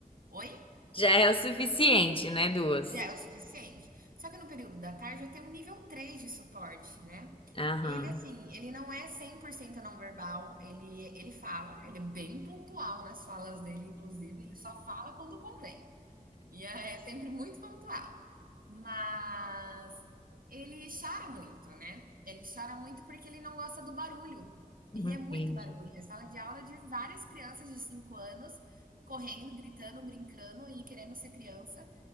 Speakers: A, on the right; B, on the left.
A: oi?
B: <laughs> Já é o suficiente, né? Duas.
A: Já é o suficiente? Só que no período da tarde eu tenho um nível 3 de suporte, né.
B: Aham,
A: Ele, assim, ele não é 100% não verbal, ele ele fala, ele é bem pontual nas falas dele inclusive, ele só fala quando convém. E é sempre muito pontual. Mas ele chora muito, né? Ele chora muito porque ele não gosta do barulho.
B: entendi.
A: E é muito barulho. É sala de aula de várias crianças de 5 anos correndo, gritando, brincando e querendo ser criança.